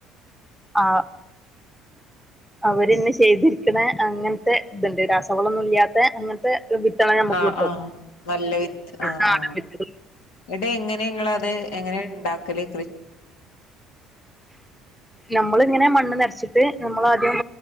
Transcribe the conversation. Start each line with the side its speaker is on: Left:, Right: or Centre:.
Centre: ആ അവര്ന്ന് ചെയ്തിരികണെ അങ്ങനത്തെ ഇതുണ്ട് രാസവളൊന്നും ഇല്ലാത്ത അങ്ങനത്തെ വിത്തള നമുക്ക്
Left: ആ
Centre: കിട്ടും
Left: ആ നല്ല വിത്ത് ആ
Centre: നാടൻ
Left: ആ
Centre: വിത്തുകൾ
Left: ഇങ്ങട്ട് എങ്ങനെ നിങ്ങള് അത് എങ്ങനെ ഇണ്ടാക്കല്
Centre: നമ്മളിങ്ങനെ മണ്ണ് നിറച്ചിട്ട് നമ്മൾ ആദ്യം